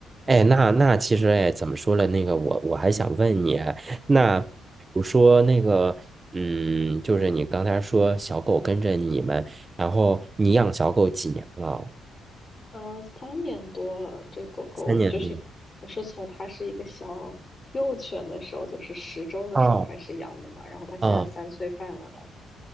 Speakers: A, on the right; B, on the left.
A: 哎，那那其实，哎，怎么说了？那个我我还想问你，那比如说那个，
B: 嗯。
A: 嗯，就是你刚才说小狗跟着你们，然后你养小狗几年了？
B: 呃，三年多了，这个狗狗就是我是从它是一个小幼犬的时候，
A: 三年多。
B: 就是十周的时候开始养的嘛，
A: 哦
B: 然后它现在三岁半了，
A: 哦
B: 大概。